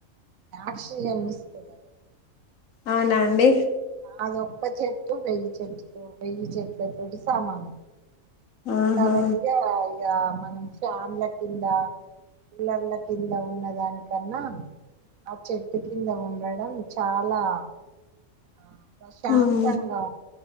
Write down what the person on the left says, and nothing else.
అవునండి
ఆహా
హ్మ్.